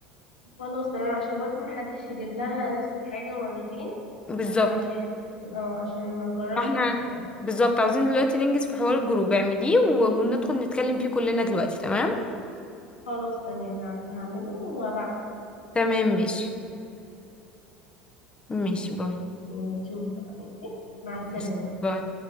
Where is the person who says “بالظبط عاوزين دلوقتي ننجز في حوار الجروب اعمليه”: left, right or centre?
Left